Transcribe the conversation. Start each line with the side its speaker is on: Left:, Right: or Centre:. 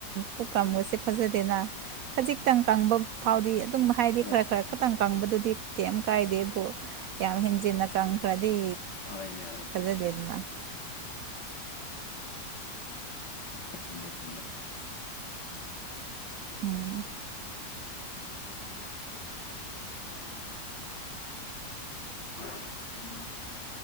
Right: ꯄꯨꯛꯀꯪꯕꯁꯦ ꯐꯖꯗꯦꯅ ꯈꯖꯤꯛꯇꯪ ꯀꯪꯕ ꯐꯥꯎꯗꯤ ꯑꯗꯨꯝ ꯍꯥꯏꯗꯤ
Left: ꯍꯣꯏ
Right: ꯈꯔ ꯈꯔ ꯈꯛꯇꯪ ꯀꯪꯕꯗꯨꯗꯤ ꯀꯩꯝ ꯀꯥꯏꯗꯦꯕꯨ ꯌꯥꯝ ꯍꯦꯟꯖꯤꯟꯅ ꯀꯪꯈ꯭ꯔꯗꯤ
Left: ꯍꯣꯏꯅꯦ ꯍꯣꯏ
Right: ꯐꯖꯗꯦꯗꯅ
Left: ꯆꯨꯝꯃꯦ ꯆꯨꯝꯃꯦ
Right: ꯎꯝ
Left: <unintelligible>